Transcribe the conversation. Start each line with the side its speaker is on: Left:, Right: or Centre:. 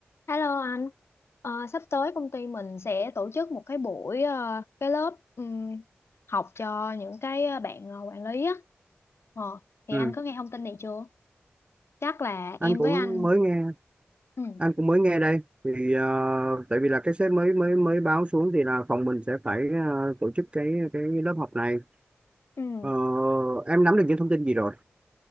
Left: Hello anh, Ờ, sắp tới công ty mình sẽ tổ chức một cái buổi ờ, cái lớp ừm, học cho những cái ờ, bạn ờ, quản lý á. Ờ, thì
Right: Ừ,
Left: anh có nghe thông tin này chưa? Chắc là
Right: anh
Left: em
Right: cũng
Left: với anh.
Right: mới nghe
Left: Ừ.
Right: anh cũng mới nghe đây thì ờ, tại vì là cái sếp mới mới mới báo xuống thì là phòng mình sẽ phải ờ, tổ chức cái cái lớp học này
Left: Ừ.
Right: Ờ, em nắm được những thông tin gì rồi